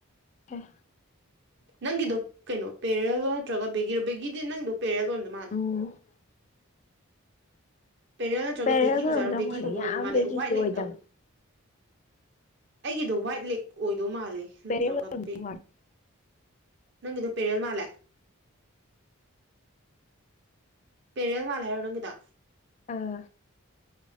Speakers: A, on the left (about 35°); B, on the right (about 50°).
A: ꯍꯦ
B: ꯅꯪꯒꯤꯗꯣ ꯀꯩꯅꯣ ꯄꯦꯔꯦꯜ ꯅꯠꯇ꯭ꯔꯒ ꯕꯦꯒꯤꯔꯣ ꯕꯦꯒꯤꯗꯤ ꯅꯪꯗꯣ ꯄꯦꯔꯦꯂꯣꯝꯗ ꯃꯥꯅꯦ
A: ꯎꯝ
B: ꯄꯦꯔꯦꯜ ꯅꯠꯇ꯭ꯔꯒ
A: ꯄꯦꯔꯦꯜ
B: ꯕꯦꯒꯤ
A: ꯑꯣꯏꯔꯝꯗꯧ
B: ꯑꯣꯏꯖꯥꯔꯣ ꯕꯦꯒꯤꯒꯨꯝꯕ
A: ꯃꯥꯜꯂꯦ
B: ꯑꯣꯏꯔꯝꯗ
A: ꯌꯥꯝ
B: ꯃꯥꯜꯂꯦ
A: ꯕꯦꯒꯤꯗꯤ
B: ꯋꯥꯏꯠ
A: ꯑꯣꯏꯗꯕꯅꯦ
B: ꯂꯦꯛꯅ ꯑꯃꯨꯛ ꯑꯩꯒꯤꯗꯣ ꯋꯥꯏꯠ ꯂꯦꯛ ꯑꯣꯏꯗꯧ ꯃꯥꯜꯂꯦ ꯅꯠꯇ꯭ꯔꯒ
A: ꯄꯦꯔꯦꯜ ꯑꯣꯏꯔꯝꯗꯧ
B: ꯕꯦꯛ
A: ꯃꯥꯜꯂꯦ
B: ꯅꯪꯒꯤꯗꯣ ꯄꯦꯔꯦꯜ ꯃꯥꯜꯂꯦ ꯄꯦꯔꯦꯜ ꯃꯥꯜꯂꯦ ꯍꯥꯏꯔꯣ ꯅꯪꯒꯤꯗꯣ
A: ꯑꯥ